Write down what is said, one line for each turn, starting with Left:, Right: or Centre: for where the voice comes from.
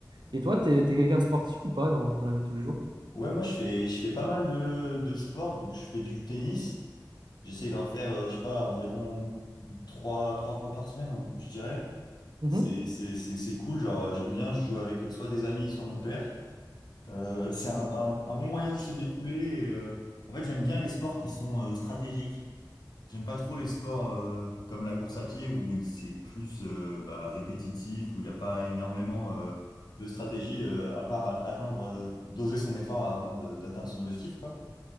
Right: Et toi, t'es, t'es quelqu'un de sportif ou pas dans, dans la vie de tous les jours?
Left: Ouais, moi je fais je fais pas mal de, de sport, donc je fais du tennis. J'essaie d'en faire, euh, je sais pas, environ trois, trois fois par semaine, on- je dirais.
Right: Mhm,
Left: C'est, c'est, c'est, c'est cool, genre euh, j'aime bien, je joue avec euh, soit des amis, soit mon père. Euh, c'est un, un, un bon moyen de se défouler. et, euh, en fait, j'aime bien les sports qui sont euh, stratégiques. J'aime pas trop les sports euh, comme la course à pied où il- c'est plus euh, bah, répétitif, où il n'y a pas énormément euh, de stratégie euh, à part a- atteindre, euh, doser son effort avant de- d'atteindre son objectif, quoi.